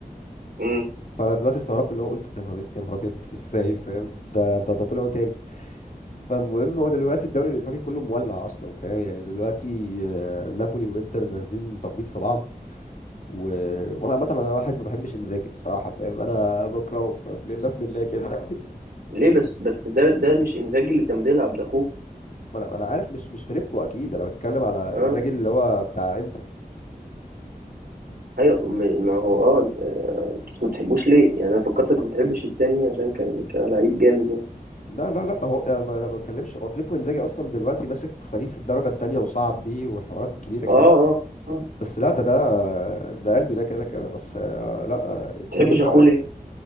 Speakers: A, on the right; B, on the left.
A: لك
B: فانا دلوقتي استغربت اللي هو قلت يا نهار إيه، يا نهار ابيض ازاي فاهم ده ده ده طلعوا تاني فالمهم هو دلوقتي الدوري الايطالي كله مولع اصلا فاهم يعني دلوقتي آه، نابولي وانتر نازلين تخبيط في بعض و... وانا عامه انا واحد ما بحبش انزاجي بصراحه فاهم انا بكرهه فاهم لله في لله كده <laughs>
A: ليه بس بس ده ده مش انزاجي اللي كان بيلعب ده اخوه
B: ما انا ما انا عارف مش مش فيليبو اكيد انا بتكلم على
A: اه
B: انزاجي اللي هو بتاع انتر
A: ايوه م- ما هو اه بس ما بتحبوش ليه يعني انا فكرتك ما بتحبش التاني عشان كان كان لعيب جامد يعني
B: لا لا لا هو انا ما أنا ما بتكلمش هو فيليبو انزاجي اصلا دلوقتي ماسك فريق في الدرجه التانية وصعب بيه وحوارات كبيره كده
A: اه اه آه. ما
B: بس لا ده ده ده قلبي ده كده كده بس آه، لا آه، التاني
A: بتحبش
B: بقى
A: اخوه ليه